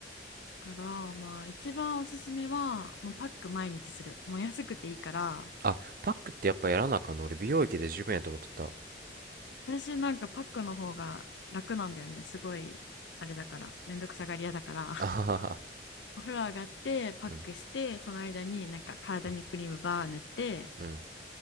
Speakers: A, on the left; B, on the right.
A: だから、まあ一番おすすめは、もうパック毎日する。もう安くていいから、
B: あ、パックってやっぱやらなあかんの俺美容液で十分やと思っとった。
A: 私なんかパックの方が楽なんだよね。すごい、あれだから、めんどくさがり屋だから。
B: <laughs> あははは。
A: お風呂上がってパックしてその間になんか体にクリームバー塗ってっ
B: うん、うん。